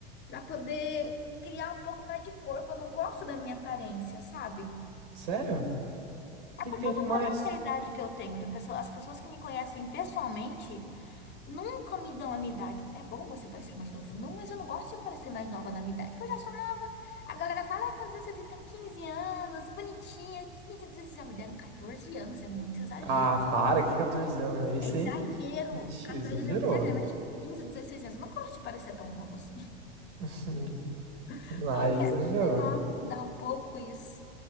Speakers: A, on the left; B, on the right.
A: para poder criar um pouco mais de corpo. Eu não gosto da minha aparência, sabe?
B: Sério? O
A: É
B: que
A: porque
B: que tem
A: eu
B: de
A: não pareço
B: mais?
A: ter a idade que eu tenho. De pessoa- as pessoas que me conhecem pessoalmente Nunca me dão a minha idade. É bom você parecer mais novo. Não, mas eu não gosto de parecer mais nova na minha idade, porque eu já sou nova. A galera fala, ai, quantos anos você tem? Tem 15 anos, bonitinha, quinze dezesseis Já me deram 14 anos, é muito exagero,
B: Ah,
A: gente.
B: para, que 14 anos é esse
A: É
B: aí?
A: exagero.
B: Ixi,
A: 14
B: exagerou.
A: anos é muito exagero, mas tipo, 15, 16 anos. Eu não gosto de parecer tão nova assim.
B: <laughs>
A: <laughs>
B: Ah,
A: Aí Eu
B: exagerou.
A: quero, sei lá, mudar um pouco isso.